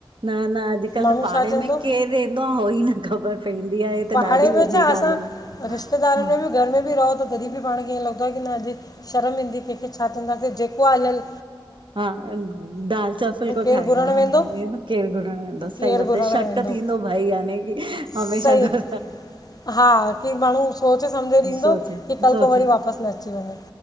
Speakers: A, on the right; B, on the left.
A: न-न अॼुकल्ह
B: माण्हू
A: त पाड़े
B: छा चवंदो
A: में केंर रेंदो आ हो ही ई न ख़बर पइदी आ हे
B: पाड़े
A: त ॾाढी
B: में
A: वॾी
B: छा असां
A: ॻाल्हि आ
B: रिश्तेदारनि
A: हा।
B: में बि घर में ॿि रहो त तॾहिं ॿि पाण खे ईअं लॻंदो आ की न अॼु शर्म ईंदी कंहिंखे छा चइदासे जेको आ हलहल
A: हा दाल सा फुल्को
B: केरु
A: खाएगा
B: घुरणु वेंदो
A: केर घुरण वेंदो सही
B: केरु
A: बात
B: घुरणु
A: है शक
B: वेंदो
A: थींदो भाई याने की हमेशा
B: सही
A: घर
B: हा की माण्हू सोचे सम्झे ॾींदो
A: सोचे
B: की कल्ह
A: सोचे
B: को वरी वापसि न अची वञे।